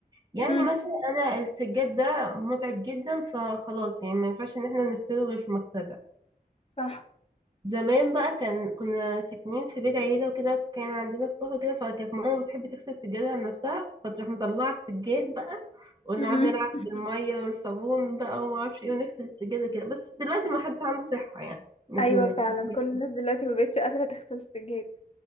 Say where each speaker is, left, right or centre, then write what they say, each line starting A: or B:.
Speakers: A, on the right (about 25°); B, on the left (about 40°).
A: يعني
B: امم
A: مثلا انا السجاد ده متعب جدا فخلاص يعني ما ينفعش ان احنا نغسله غير في مغسله
B: صح
A: زمان بقى كان كنا ساكنين في بيت عيلة وكده كان عندنا سطوح وكده فكانت ماما بتحب تغسل سجادها بنفسها فتروح مطلعة السجاد بقى ونقعد
B: امم
A: نلعب
B: <laughs>
A: بالمية والصابون بقى وما اعرفش ايه ونغسل السجادة كده بس دلوقتي ما حدش عنده صحة يعني ان
B: ايوه
A: احنا نعمل
B: فعلا
A: كده.
B: كل الناس دلوقتي مبقتش قادرة تغسل السجاد